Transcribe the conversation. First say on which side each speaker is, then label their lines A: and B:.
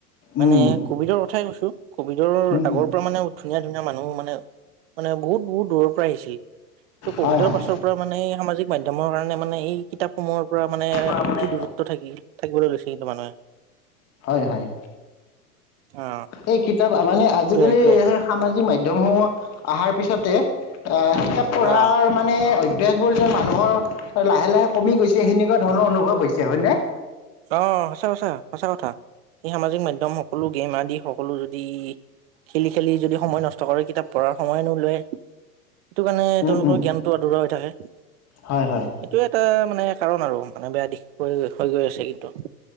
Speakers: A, on the right (about 40°); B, on the left (about 30°).
A: মানে
B: উম,
A: কভিডৰ কথাই কৈছো, কভিডৰ
B: উম,
A: আগৰ
B: উম,
A: পৰা মানে ধুনীয়া মানুহ মানে, মানে বহুত বহুত দূৰৰ পৰা আহিছিল, ত' কভিডৰ
B: হয়, হয়।
A: পাছৰ পৰা মানে এই সামাজিক মাধ্য়মৰ কাৰণে মানে এই কিতাপসমূহৰ পৰা মানে
B: পৰা মানে
A: কি দূৰত্ব থাকি থাকিবলৈ লৈছে কিন্তু মানুহে।
B: হয় হয়,
A: অ
B: এই কিতাপ মানে আজিকালি
A: সেইটোয়ে সেইটোয়ে
B: সেই সামাজিক মাধয়ম দমসমূহ অহাৰ পিছতে কিতাপ পঢ়াৰ
A: অ
B: মানে অভ্যাসবোৰ মানুহৰ লাহে লাহে কমি গৈছে সেনেকুৱা ধৰণৰ অনুভৱ হৈছে হয় নে?
A: অ', সঁচা সঁচা, সঁচা কথা। স সামাজিক মাধ্যম সকলো গেম আদি সকলো যদি খেলি খেলি যদি সময় নষ্ট কৰে কিতাপ পঢ়াৰ সময়নো লয় সেইটো কাৰণে
B: উম
A: তেওঁলোকৰ
B: উম
A: জ্ঞানটো আদৰা হৈ থাকে,
B: হয় হয়
A: এইটোৱে এটা মানে কাৰণ আৰু মানে বেয়া দিশৈ হৈ গৈ আছে কিন্তু,